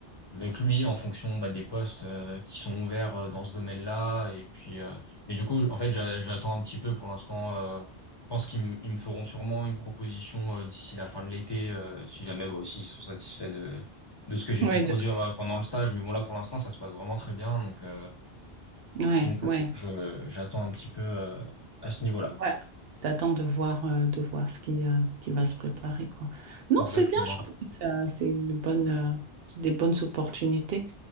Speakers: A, on the left (about 40°); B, on the right (about 70°).
A: avec lui en fonction bah, des postes euh, qui sont ouverts euh, dans ce domaine-là. Et puis, euh, et du coup, en fait, j'a- j'attends un petit peu pour l'instant. euh, je pense qu'ils m- ils me feront sûrement une proposition euh, d'ici la fin de l'été, euh, si jamais bah, aussi ils sont satisfaits de, de ce que j'ai
B: Ouais,
A: pu produire
B: de-
A: euh, pendant le stage. Mais bon, là, pour l'instant, ça se passe vraiment très bien. Donc, euh,
B: ouais,
A: donc
B: ouais.
A: euh, bon, je, j'attends un petit peu euh, à ce niveau-là.
B: Ouais. T'attends de voir, euh, de voir ce qui, euh, ce qui va se préparer, quoi. Non,
A: Exactement.
B: c'est bien, je trouve que euh, c'est une bonne, euh, c'est des bonnes opportunités.